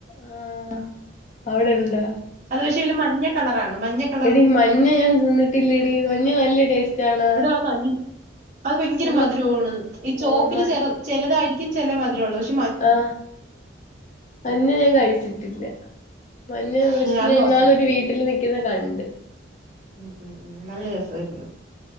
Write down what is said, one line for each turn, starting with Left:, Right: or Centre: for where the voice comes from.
Left: ആഹ് അവിടെ ഉണ്ടാ
Right: അത് പക്ഷെ അതില് മഞ്ഞ കളറാണ് മഞ്ഞ കളറ്
Left: എടി മഞ്ഞ ഞാൻ തിന്നിട്ടില്ലടി മഞ്ഞ നല്ല ടേസ്റ്റ് ആണാ
Right: എടി അത് നല്ല അത് ഭയങ്കര
Left: നല്ല
Right: മധുരവാണ് ഈ ചോപ്പില്
Left: ആഹ് മ
Right: ചെറു ചെലതായിരിക്കും ചെല മധുരമുള്ളത് പക്ഷേ
Left: ആഹ് മഞ്ഞ ഞാൻ കഴിച്ചിട്ടില്ല മഞ്ഞ
Right: അങ്ങനെ
Left: പക്ഷേ
Right: അത്
Left: ഞാൻ
Right: കുറച്ച്
Left: ഇന്നാളൊരു
Right: തന്നു
Left: വീട്ടില് നിൽക്കുന്ന കണ്ട്
Right: ഉം ഉം ഉം നല്ല രസവായിരുന്നു